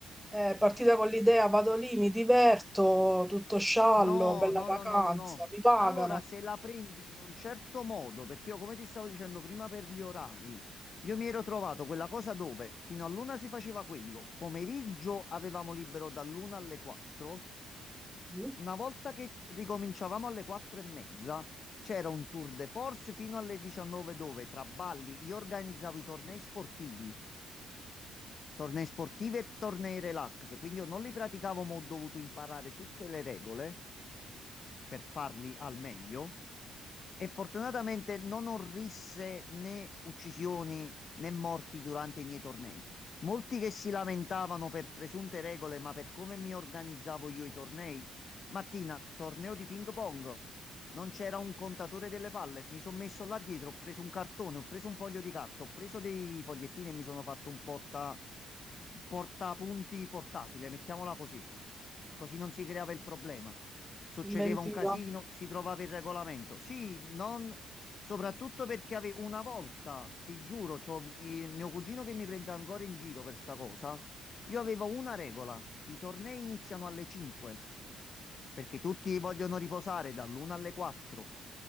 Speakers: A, in the centre; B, on the left.
A: è partita con l'idea, vado lì, mi diverto, tutto sciallo,
B: No,
A: bella
B: no,
A: vacanza,
B: no, no, no, no.
A: mi pagano.
B: Allora, se la prendi in un certo modo, perché io, come ti stavo dicendo prima per gli orari, io mi ero trovato quella cosa dove fino all'una si faceva quello, pomeriggio avevamo libero dall'una alle quattro.
A: Mm.
B: Una volta che ricominciavamo alle quattro e mezza, c'era un tour de force fino alle 19 dove tra balli io organizzavo i tornei sportivi, tornei sportivi e tornei relax, quindi io non li praticavo ma ho dovuto imparare tutte le regole per farli al meglio. E fortunatamente non orrisse né uccisioni né morti durante i miei tornei. Molti che si lamentavano per presunte regole, ma per come mi organizzavo io i tornei. Martina, torneo di ping pong. Non c'era un contatore delle palle. Mi sono messo là dietro, ho preso un cartone, ho preso un foglio di carta, ho preso dei fogliettini e mi sono fatto un porta, un portapunti portatile, mettiamola così. Così non si creava il problema succedeva
A: Inventiva.
B: un casino, si trovava il regolamento. Sì, non... soprattutto perché ave- una volta, ti giuro, c'ho eh, mio cugino che mi prende ancora in giro per sta cosa. Io avevo una regola, i tornei iniziano alle 5, perché tutti vogliono riposare dall'1 alle 4.